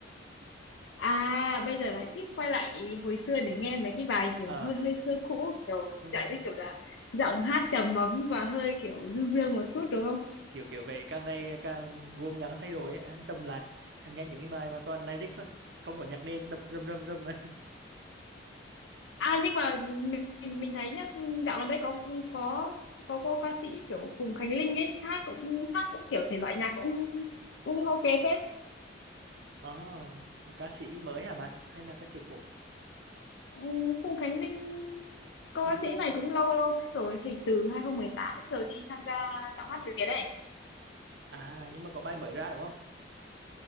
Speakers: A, on the left; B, on the right.
A: à bây giờ lại thích quay lại hồi xưa để nghe mấy cái bài kiểu
B: ờ
A: hơi hơi xưa cũ kiểu
B: thôi,
A: dạng như kiểu là giọng hát trầm ấm và hơi kiểu du dương một chút đúng không
B: kiểu kiểu vậy càng ngày càng gồm nhạc anh thay đổi ấy, anh trầm lại anh nghe những cái bài mà toàn lyric thôi không có nhạc nền đập rầm rầm rầm <laughs> ấy.
A: À nhưng mà mình mình thấy nhá, dạo gần đây có có có cô ca sĩ kiểu Phùng Khánh Linh ấy, hát cũng hát cũng kiểu thể loại nhạc cũng cũng ok phết.
B: Ồ, ca sĩ mới hả bạn hay là ca sĩ cũ
A: Ừ, Phùng Khánh Linh cô
B: hình
A: ca
B: như
A: sĩ này cũng lâu lâu phết rồi, hình từ 2018 đến giờ đi tham gia giọng hát Việt đấy.
B: à nhưng mà có bài mới ra đúng không